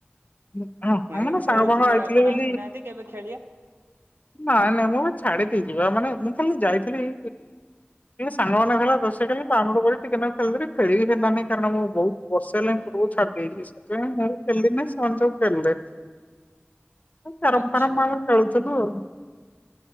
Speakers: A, on the left; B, on the right.
A: ହଁ ହଁ
B: ମୁଁ ଏବେ
A: ମଁନା
B: ଖେଳୁଛି
A: ସାଙ୍ଗ ଫାଙ୍ଗ ଆଇଥିଲେ
B: ଆପଣ
A: ବୋଲି
B: ଆସୁନାହାନ୍ତି କେବେ ଖେଳିବା
A: ନାଇଁ ନାଇଁ ମୁଁ ଛାଡି ଦେଇକି ଯିବା ମାନେ ମୁଁ ଖାଲି ଯାଇଥିଲି ଏ ସାଙ୍ଗ ମାନେ ହେଥିଲେ ତ ସେଇ ଆମକୁ କଣ ଟିକେ ଖେଳି ଦେଲି ଖେଳିବି ହେଲାନି କାରଣ ମୋ ବଉ ବର୍ଷ ହେଲାଣିି ଫୁଟବଲ ଛାଡି ଦେଇଛି ସେଥିପାଇଁ ମୁଁ ବି ଖେଳିଲିନି ସେମାନେ ସବୁ ଖେଳିଲେ। ଏ ପରମ୍ପରା
B: ଆଚ୍ଛା
A: ଆମେ ଚଳୁଥୁଲୁ ଆଉଁ।